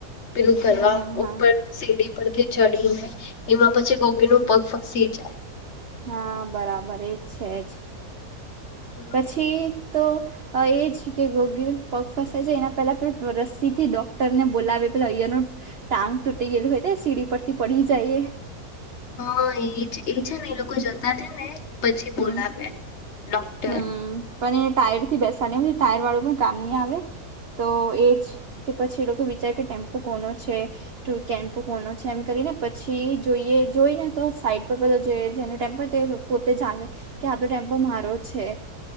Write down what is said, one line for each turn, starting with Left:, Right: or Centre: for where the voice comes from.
Left: પેલું કરવા
Right: હા હા
Left: ઉપર સીડી પરથી ચડી એમાં પછી ગોગી પગ ફસી જાય
Right: હા બરાબર એજ છે જ
Left: હમ
Right: પછી તો એ છે કે ગોગીનો પગ ફસાય છે એના પેલા રસ્સીથી ડોક્ટરને બોલાવે પેલા અહીંયાનું ટાંગ તૂટી ગયેલું હોય તો સીડી પરથી પડી જાયએ
Left: હા એજ એ છે ને લોકો જતા છે ને બોલાવે
Right: હમ
Left: ડોક્ટર
Right: હમ ટાયર થી પી ટાયર વાળું પણ કામ નહી આવે તો એ જ કે પછી એ લોકો વિચાર કે ટેમ્પો કોનો છે કેમ્પો કોનો છે એમ કરીને પછી જોઈએ જોઈને તો સાઈડ પર બધા જોઈએ જેનો ટેમ્પો જાવ કે આ તો ટેમ્પો મારો છે